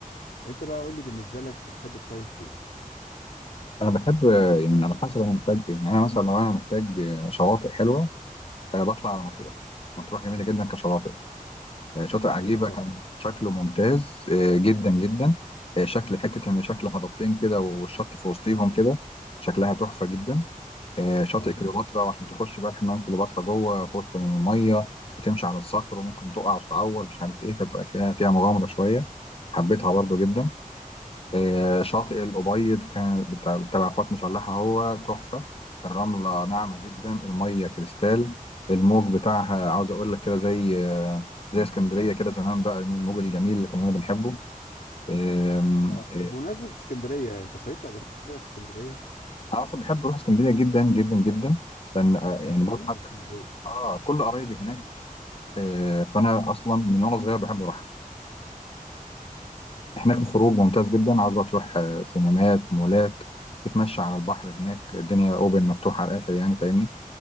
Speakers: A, on the left; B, on the left.
A: أنت بقى قول لي بالنسبة لك بتحب تصيف فين؟
B: انا بحب آه، يعني على حسب انا محتاج ايه يعني انا مثلا لو انا محتاج آه، شواطئ حلوه آه، بطلع على مطروح مطروح جميله جدا كشواطئ آه، شاطئ عجيبه
A: حقيقة فعلا
B: كان شكله ممتاز آه، جدا جدا آه، شكل حته ان شكل هضبتين كده والشط في وسطيهم كده شكلها تحفه جدا آه، شاطئ
A: اه
B: كليوباترا وعشان تخش بقى حمام كليوباترا جوه في وسط الميه وتمشي على الصخر وممكن تقع وتتعور مش عارف ايه فبتبقى كده فيها مغامره شويه حبيتها برضو جدا آه، شاطئ الأبيض كان بتاع تبع القوات المسلحة هو تحفة الرملة ناعمة جدا المية كريستال الموج بتاعها عاوز أقول لك كده زي آه، زي اسكندرية كده زمان بقى من الموج الجميل اللي كنا بنحبه آم،
A: آه،
B: آه،
A: بمناسبة اسكندرية أنت صيفت قبل كده في اسكندرية؟
B: أنا أصلا بحب أروح اسكندرية جدا جدا جدا لأن آه، يعني
A: احكي
B: برضه
A: لي عن
B: حتى
A: اسكندرية
B: آه كل قرايبي هناك آه، فأنا أصلا من وأنا صغير بحب أروحها هناك الخروج ممتاز جدا عاوز بقى تروح آه، سينمات مولات تتمشى على البحر هناك الدنيا اوبن مفتوحه على الاخر يعني فاهمني